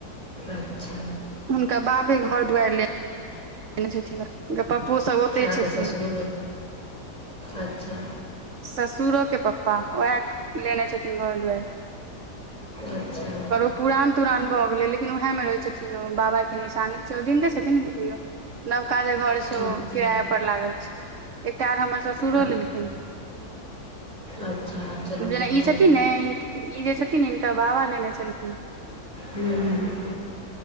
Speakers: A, on the right; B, on the right.
A: अच्छा।
B: हुनकर बाबे घर दुआरि ले लेने छथिन हुनकर पप्पोसब ओतै
A: अहाँके
B: छथिन।
A: ससुर अच्छा।
B: ससुरो के पप्पा उएह लेने छथिन घर दुआरि।
A: अच्छा
B: ओ पुरान तुरान भऽ गेलै लेकिन उएह मे रहै छथिन ओ बाबा के निशानी छै, ओ जिन्दे छथिन लेकिन तैयो नबका जे घर छै
A: अच्छा
B: ओ किराया पर लागल छै। एकटा आर हमर ससुरो
A: अच्छा
B: लेलखिन।
A: अच्छा, चलू
B: जेना
A: नीके
B: ई छथिन
A: अइ
B: नै ई जे छथिन हिनकर बाबा लेने छलखिन।
A: हूं